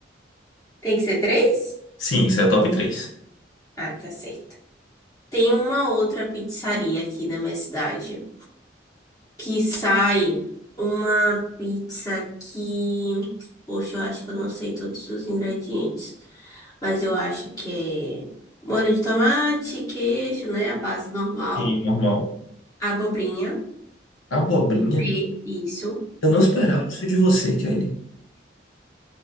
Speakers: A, on the left; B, on the left.
A: Tem que ser três?
B: Sim, isso é a top 3.
A: Ah, tá certo. Tem uma outra pizzaria aqui na minha cidade que sai uma pizza que, poxa, eu acho que eu não sei todos os ingredientes, mas eu acho que é molho de tomate, queijo, né, a base normal,
B: E normal.
A: abobrinha,
B: Abobrinha?
A: pe- isso
B: Eu não esperava isso de você, Kelly.